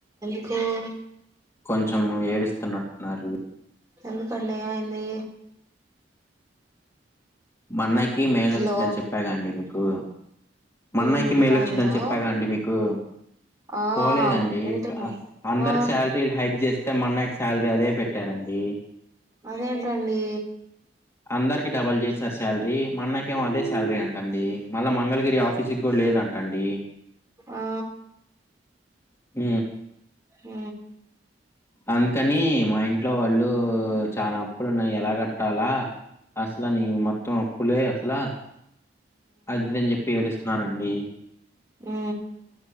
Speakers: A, on the right (about 20°); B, on the left (about 15°).
A: హ
B: కొంచము ఏడుస్తున్నట్టున్నారు.
A: ఎందు కడలే ఎంది
B: మా అన్నయ్య కి కి మెయిల్
A: హలో
B: వచ్చిందని చెప్పాగా అండి, మీకు మన్నయకి
A: మ్
B: మెయిల్
A: పోయిందా
B: వచ్చిందని చెప్పాగా అండి మీకు.
A: ఆ
B: పోలేదండి
A: వింటున్నా
B: అందరికి
A: ఆ
B: శాలరీ హైక్ చేస్త స్తే మన్నాయకి శాలరీ అదే పెట్టారండి.
A: అదేంటండి
B: అందరి డబుల్ చేస్తారు శాలరీ మనకి ము్యం అదే సాలరీ అంట అండి మళ్ళ మంగళగిరి ఆఫీస్కి కూడా లేదంట. తండడి
A: ఆ
B: హ
A: హ
B: అందుకని మా ఇంట్లో వాళ్ళు చాలా అప్పులున్నాయి. ఎలా కట్టాలా అసలు నీ మొత్తం అప్పులే అసలు అదిదని చెప్పి ఏడుస్తున్నారండి.
A: ఉ